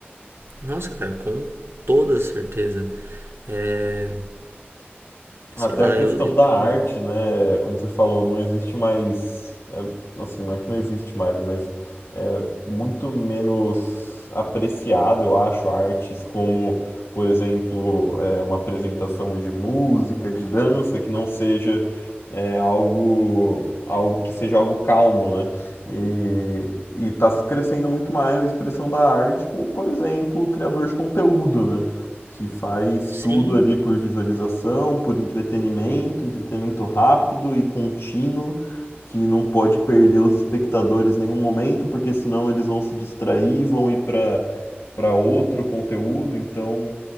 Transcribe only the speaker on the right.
nossa, cara, com toda certeza. É,
sei lá,
eu, eu
tenho,
sim,